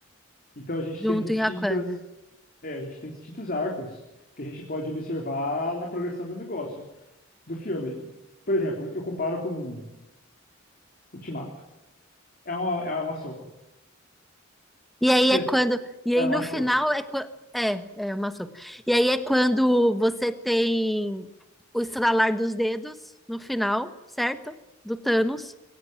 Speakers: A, on the left (about 45°); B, in the centre.
A: Então a gente
B: Junto
A: tem distintas,
B: em Aquanda.
A: é, a gente tem distintos arcos que a gente pode observar na progressão do negócio, do filme. Por exemplo, eu comparo com Ultimato. É uma, é uma sopa.
B: E
A: <laughs>
B: aí é quando. E
A: É
B: aí
A: uma
B: no
A: sopa.
B: final é quando. É, é uma sopa. E aí é quando você tem o estralar dos dedos no final, certo? Do Thanos.